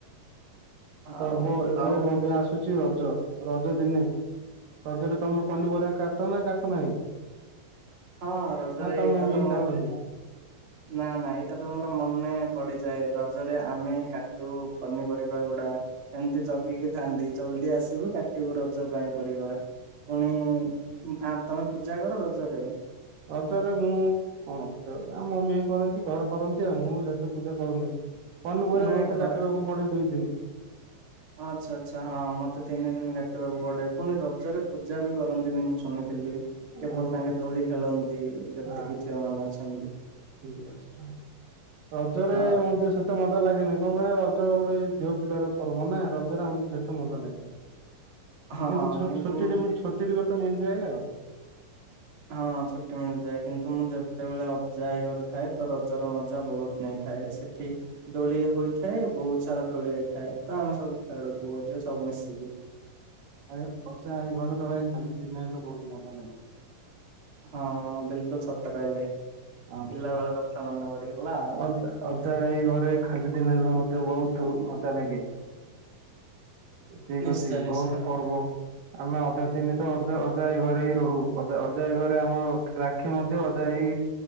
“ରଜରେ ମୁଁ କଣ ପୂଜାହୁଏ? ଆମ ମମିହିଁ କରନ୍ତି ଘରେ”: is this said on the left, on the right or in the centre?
Right